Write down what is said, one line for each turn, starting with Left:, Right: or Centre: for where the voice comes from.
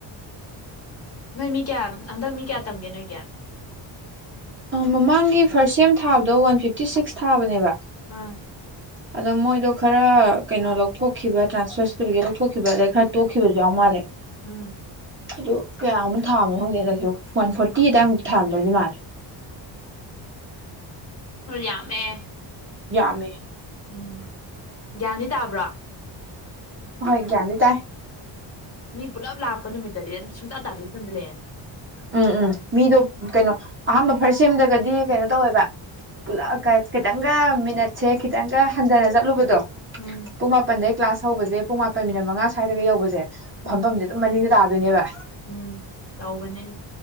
Left: ꯅꯣꯏ ꯃꯤ ꯀꯌꯥ ꯍꯟꯗꯛ ꯃꯤ ꯀꯌꯥ ꯇꯝꯒꯦ ꯅꯣꯏ ꯒꯤ
Right: ꯃꯃꯥꯡꯒꯤ ꯐꯥꯔꯁ ꯁꯦꯝ ꯊꯥꯕꯗꯣ ꯋꯥꯟ ꯐꯤꯐꯇꯤ ꯁꯤꯛꯁ ꯊꯥꯕꯅꯦꯕ
Left: ꯑꯥ
Right: ꯑꯗꯣ ꯃꯣꯏꯗꯣ ꯈꯔ ꯀꯩꯅꯣ ꯂꯧꯊꯣꯛꯈꯤꯕ ꯇ꯭ꯔꯥꯟꯁꯐꯔ ꯁꯥꯔꯇꯤꯐꯤꯀꯦꯠ ꯂꯧꯊꯣꯛꯈꯤꯕ ꯑꯗꯩ ꯈꯔ ꯇꯣꯛꯈꯤꯕꯁꯨ ꯌꯥꯎ ꯃꯥꯜꯂꯦ
Left: ꯎꯝ
Right: ꯑꯗꯨ ꯀꯌꯥꯃꯨꯛ ꯊꯥꯝꯃꯣ ꯈꯪꯗꯦꯗꯁꯨ ꯋꯥꯟ ꯐꯣꯔꯇꯤ ꯑꯗꯨꯋꯥꯏꯃꯨꯛ ꯊꯥꯔꯝꯗꯧꯗꯤ ꯃꯥꯜꯂꯦ
Left: ꯅꯣꯏ ꯌꯥꯝꯃꯦ
Right: ꯌꯥꯝꯃꯦ
Left: ꯎꯝ ꯒ꯭ꯌꯥꯟꯗꯤ ꯇꯥꯕ꯭ꯔꯥ
Right: ꯍꯣꯏ ꯒ꯭ꯌꯥꯟꯗꯤ ꯇꯥꯏ
Left: ꯃꯤ ꯄꯨꯂꯞ ꯂꯥꯛꯄ ꯅꯨꯃꯤꯠꯇꯗꯤ ꯑꯗꯨꯝ ꯁꯨꯡꯇꯥ ꯇꯥꯗꯕꯩ ꯐꯤꯚꯝꯗ ꯂꯩꯔꯥꯅꯤ
Right: ꯎꯝ ꯎꯝ ꯃꯤꯗꯣ ꯀꯩꯅꯣ ꯑꯍꯥꯟꯕ ꯐꯥ꯭ꯔꯁ ꯁꯦꯝꯗꯒꯗꯤ ꯀꯩꯅꯣ ꯇꯧꯋꯦꯕ ꯄꯨꯂꯞ ꯈꯤꯇꯪꯒ ꯃꯤꯅꯠꯁꯦ ꯈꯤꯇꯪꯒ ꯍꯟꯊꯅ ꯆꯠꯂꯨꯕꯗꯣ
Left: ꯎꯝ
Right: ꯄꯨꯡ ꯃꯄꯟ ꯗꯩ ꯀ꯭ꯂꯥꯁ ꯍꯧꯕꯁꯦ ꯄꯨꯡ ꯃꯥꯄꯟ ꯃꯤꯅꯤꯠ ꯃꯉꯥ ꯁ꯭ꯋꯥꯏꯗꯒ ꯌꯧꯕꯁꯦ
Left: ꯎꯝ
Right: ꯐꯝꯐꯝꯁꯦ ꯑꯗꯨꯝ ꯃꯅꯤꯡꯗ ꯇꯥ ꯗꯣꯏ ꯅꯦꯕ
Left: ꯎꯝ ꯇꯧꯕ ꯃꯅꯦ